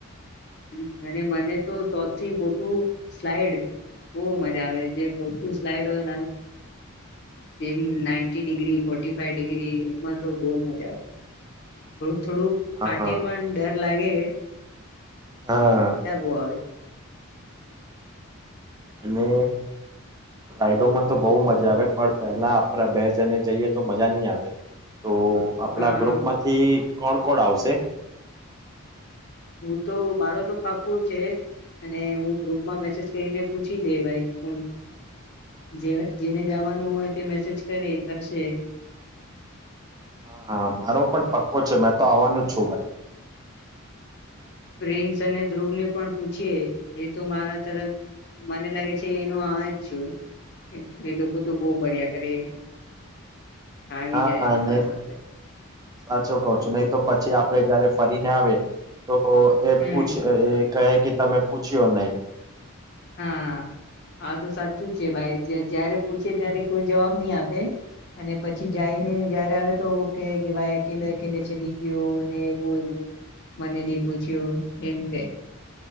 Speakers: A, on the left (about 50°); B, on the right (about 15°).
A: હમ્મ અને મને તો સૌથી મોટું સ્લાઈડ બહુ મજા આવે જે મોટું સ્લાઈડ હોય ને જેમ ninety degree, forty five degree એમાં તો બહુ મજા આવે થોડુંક થોડુંક
B: હા
A: ફાટે પણ ડર લાગે. પણ
B: હા
A: મજા બહુ આવે.
B: અને રાઈડોમાં તો બહુ મજા આવે પણ પહેલા આપણા બે જને જઈએ તો મજા નહીં આવે. તો આપણા
A: હા
B: ગ્રુપમાંથી કોણ કોણ આવશે?
A: હું તો મારો તો પાક્કુ છે અને હું ગ્રુપમાં મેસેજ કરીને પૂછી લે ભાઈ હ જે જેને જાવાનું હોય તે મેસેજ કરે કરશે.
B: હા હા મારો પણ પક્કો છે મેં તો આવાનો છું ભાઈ.
A: પ્રિન્સ અને ધ્રુવ ને પણ પૂછીએ એ તો મારા તરફ મને લાગે છે એનુ હા જ છે એ લોકો તો બહુ ફર્યા કરે. આવી
B: હા
A: જાય
B: હા
A: આપણા
B: નઈ
A: સાથે
B: સાચું કઉ છું નઈ તો પછી આપણે જયારે ફરીને આવે તો એ
A: હમ
B: પૂછે એ કહે કે તમે પૂછ્યો નઈ.
A: હા હા તો સાચું જ છે ભાઈ જે જયારે પૂછે ત્યારે કોઈ જવાબ નઈ આપે અને પછી જાઈને જયારે આવે તો કે કે ભાઈ અકેલે અકેલે ચલી ગયો ને એવું એવું મને ની પૂછ્યું ને એમ કેય.